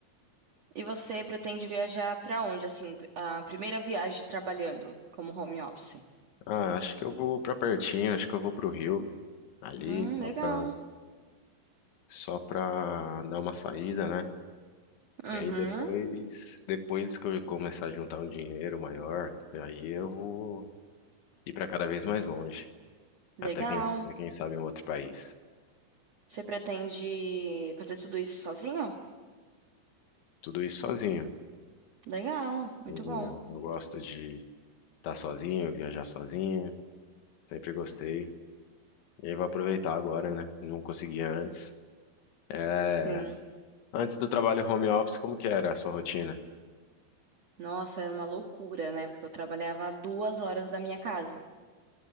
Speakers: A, on the right; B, on the left.
A: E você pretende viajar pra onde, assim, a primeira viagem trabalhando como home office?
B: Ah, acho que eu vou para pertinho, acho que eu vou pro Rio ali,
A: Hum,
B: só
A: legal.
B: para só para dar uma saída, né?
A: Uhum,
B: E aí depois, depois que eu começar a juntar um dinheiro maior, aí eu vou ir para cada vez mais longe,
A: legal.
B: até quem, até quem sabe um outro país.
A: Você pretende fazer tudo isso sozinho?
B: Tudo isso sozinho,
A: Legal, muito
B: sozinho.
A: bom.
B: Eu gosto de estar sozinho, viajar sozinho, sempre gostei. E aí vou aproveitar agora, né? Não conseguia antes. É,
A: Sim.
B: antes do trabalho home office, como que era a sua rotina?
A: Nossa, era uma loucura, né? Porque eu trabalhava a duas horas da minha casa.